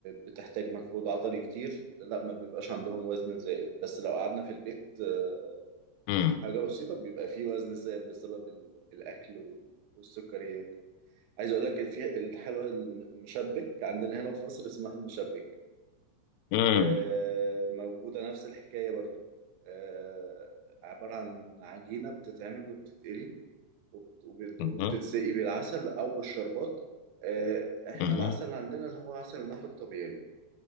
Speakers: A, on the right; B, on the left.
A: بتحتاج مجهود عضلي كتير لا ما بيبقاش عندهم وزن زائد بس لو قعدنا في البيت آه،
B: مم.
A: حاجة بسيطة بيبقى فيه وزن زائد بسبب ال- الاكل وال- والسكريات عايز اقول لك في الحلوى المشبك عندنا هنا في مصر اسمها المشبك
B: مم.
A: آه، موجودة نفس الحكاية برضو آه، عبارة عن عجينة بتتعمل وبتتقلي وبت- وبت-
B: مم.
A: وبتتسقي بالعسل أو بالشربات آه، إحنا
B: مم.
A: العسل اللي عندنا اللي هو عسل النحل الطبيعي